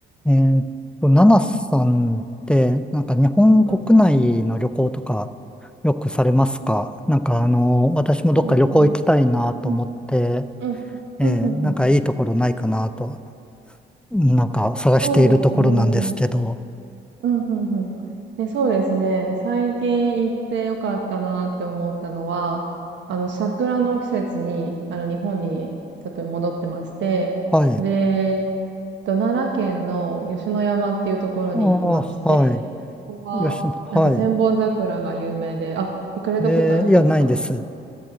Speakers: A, in the centre; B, on the right (about 65°).
A: えーっと、ナナさんって、なんか日本国内の旅行とか
B: あ、
A: よくされますかなんかあの、私もどっか旅行行きたいなと思って、
B: そうですね。うん、うん、
A: えーなんかいいところないかなと、
B: うん、うん、うん。
A: なんか探しているところなんですけど。
B: そうですね。うん、うん、うん。でそうですね。最近行ってよかったなって思ったのは、あの、桜の季節に、あの、日本にちょっと戻ってまして、
A: はい。
B: で、
A: あ
B: と奈良県の吉野山っていうところに行きまして、
A: あ、はい。
B: ここは、
A: よし、はい。
B: なんか千本桜が有名で、あ、行かれたことありますか
A: えーいや、ないです。